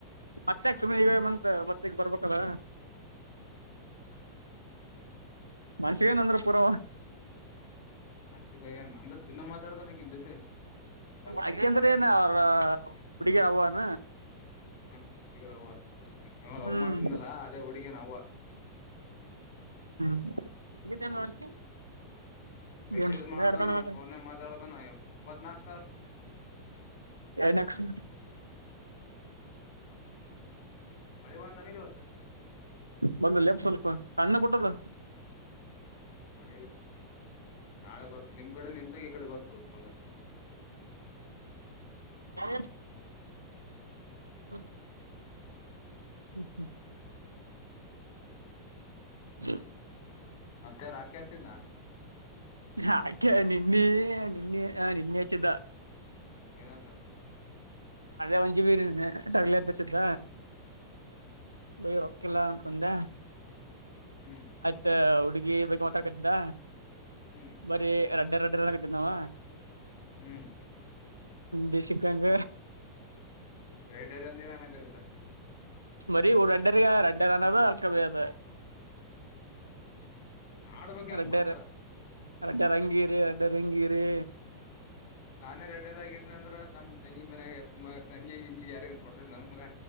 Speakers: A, on the right (about 80°); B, on the left (about 50°).
A: ಮತ್ತೆಕ್ ಸುಮ್ನೆ ಈಗ ಮತ್ ಮತ್ತಗ ಬರ್ಬೇಕಲ್ಲ ಮನಸಿಗೆ ನಂದ್ರ ಪೂರ
B: ಆಚಿಕಾಯಏ ಅಂದ್ರ ದನ್ನ ಮಾತಾಡ್ದ ನಗನ್ ಜೊತೆ ರಾತ್ರಿ
A: ಯಾಕಂದ್ರ
B: ಜೊತೆ
A: ಏನ ಅವ್ರ ಹುಡುಗರ ಅವವಾನ.
B: ಹ್ಮ್ ಬ. ಲವ್
A: ಹ್ಮ್
B: ಮಾಡ್ತಿಂದಲ್ಲಾ ಅದೇ ಹುಡುಗಿ ನ್.
A: ಹಗಿದ್ದ ನೋಂಟಿ.
B: ಮೆಸೇಜ್
A: ಎ ಎಡ್ತ.
B: ಮಾಡ್ತಾನ ಫೋನ್ ಮಾತಾಡ್ತಾನ ಇಪ್ಪತ್ನಾಕ್ ತಾಸ
A: ನಕ್ ಹ್ಮ್
B: ಮಾಡಳ ವಂತ ನೀ ರತ
A: ಬಂದ ಲೆಪ್ ಸ್ವಲ್ಪ ಅಣ್ಣ ಕೊಟ್ಟದ
B: ಮಳೆ ನಾಳೆ ಬರ್ತ ನಿಮ್ ಕಡೆ ಎಂತಾಗ ಈ ಕಡೆ ಬರ್ತ ಮಗನ್
A: ಯ ಹ್ಮ ಹ್ಮ ಹ್ಮ್ ಹ್ಮ
B: ಅತ್ತೆ ರ ಆಾಕ್ಯಚ ನ
A: ಆಾಕೆ ನಿನ್ನೆ ನಿನ್ನೆ ಹ ನಿನ್ನೆ ಯಚಿದ್ದ
B: ಏನಂತ
A: ಅದೇ ಒಂಜಿ ಬಿ ತಗಲತ್ತ ಸ್ದ ಬೈ ರೊಕಲ್ಲ ತಂದ
B: ಹ್ಮ್
A: ಆಯ್ತ ಹುಡ್ಗಿ ಬಗ್ ಮಾತಾಕ್ದ
B: ಹ್ಮ್
A: ಬರೀ ಎರಡ್ಡರ್ಡ್ಡಾಗತ ನಾವ
B: ಹ್ಮ್
A: ಬಸಿಕಂಗ
B: ರೆಡ್ಡರಂದರಾನಗತ
A: ಮರಿ ರಡ್ಡರ್ಗೆ ರಡ್ಡರ್ ಅನ್ನದು ಅಲ್ಕಮೇದ
B: ಮಾಡ್ಬೇಕ್ ಯಾಕ
A: ರಡ್ಡ
B: ಮತ್ತ
A: ರಡ್ಡ ರಂಗಿ ರಿ ಅಡ್ಡರಂಗಿರಿ
B: ನಾನೇ ರೆಡರ್ ಆಗಿದ ಅಂದ್ರ ತಮ್ಮ್ ತಂಗಿ ಮನ್ಾಗ ತಂಗಿ ಹಿಂಗಿ ಯಾರಿಗನ್್ ಕೊಡ್ತಿದ್ ನನ್ ಮಗ